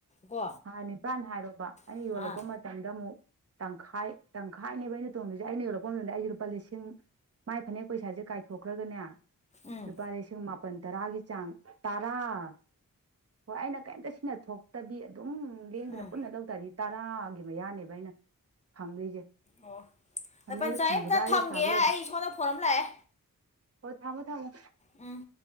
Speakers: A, on the left; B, on the right.
A: ꯀꯣ
B: ꯍꯥꯏ ꯅꯤꯄꯥꯟ ꯍꯥꯏꯔꯕ ꯑꯩꯅ
A: ꯑꯥ
B: ꯌꯣꯜꯂꯛꯄ ꯃꯇꯝꯗ ꯑꯃꯨꯛ ꯇꯪꯈꯥꯏ ꯇꯪꯈꯥꯏꯅꯦꯕ ꯑꯩꯅ ꯇꯣꯡꯗꯣꯏꯁꯦ ꯑꯩꯅ ꯌꯣꯟꯂꯛꯄ ꯃꯇꯝꯗ ꯑꯩ ꯂꯨꯄꯥ ꯂꯤꯁꯤꯡ ꯃꯥꯏ ꯐꯅꯦꯛ ꯄꯩꯁꯥꯁꯦ ꯀꯥꯏꯊꯣꯛꯈ꯭ꯔꯒꯅꯦ
A: ꯎꯝ
B: ꯂꯨꯄꯥ ꯂꯤꯁꯤꯡ ꯃꯥꯄꯜ ꯇꯔꯥꯒꯤ ꯆꯥꯡ ꯇꯔꯥ ꯍꯣꯏ ꯑꯩꯅ ꯀꯩꯝꯇ ꯁꯤꯅ ꯊꯣꯛꯇꯕꯤ ꯑꯗꯨꯝ ꯂꯦꯡꯗꯅ
A: ꯎꯝ
B: ꯄꯨꯟꯅ ꯂꯧꯇꯥꯔꯗꯤ ꯇꯔꯥꯒꯤ ꯃꯌꯥꯅꯦꯕ ꯑꯩꯅ ꯐꯪꯗꯣꯏꯁꯦ
A: ꯑꯣ
B: ꯐꯅꯦꯛ
A: ꯑꯗ ꯄꯟꯆꯥꯌꯦꯠꯇꯇ
B: ꯍꯨꯝꯕꯨꯗ꯭ꯔꯥꯁꯦ
A: ꯊꯝꯒꯦ
B: ꯁꯥꯕ
A: ꯑꯩ ꯁꯣꯝꯗ ꯐꯣꯟ ꯑꯃ ꯂꯥꯛꯑꯦ
B: ꯍ ꯊꯝꯃ ꯊꯝꯃꯣ
A: ꯎꯝ